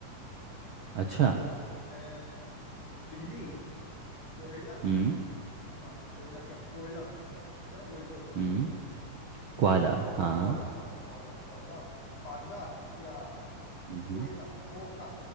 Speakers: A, on the left; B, on the right.
A: हाँ और
B: अच्छा
A: आपके ऑप्शंस है बिल्ली कोयला
B: हम्म
A: हाँ कोयला क्या कोयला क्या बोलते हैं उसको
B: हम्म क्वाला हाँ
A: कोला हाँ कोला कोला पांडा या
B: हम्म
A: कोयला कोका